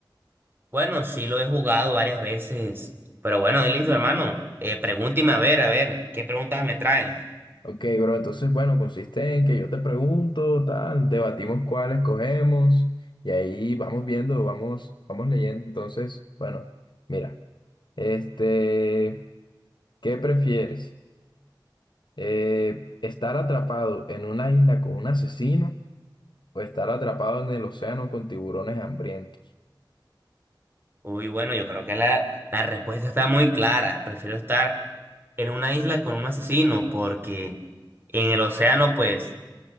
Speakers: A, on the right; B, on the left.
A: Bueno, sí lo he jugado varias veces. Pero bueno, listo, hermano. Eh, pregúnteme a ver, a ver, ¿qué preguntas me trae?
B: Ok, bro, entonces, bueno, consiste en que yo te pregunto, tal, debatimos cuál escogemos y ahí vamos viendo, vamos, vamos leyendo. Entonces, bueno, mira, este, ¿qué prefieres? Eh, ¿estar atrapado en una isla con un asesino o estar atrapado en el océano con tiburones hambrientos?
A: Uy, bueno, yo creo que la, la respuesta está muy clara. Prefiero estar en una isla con un asesino porque en el océano, pues,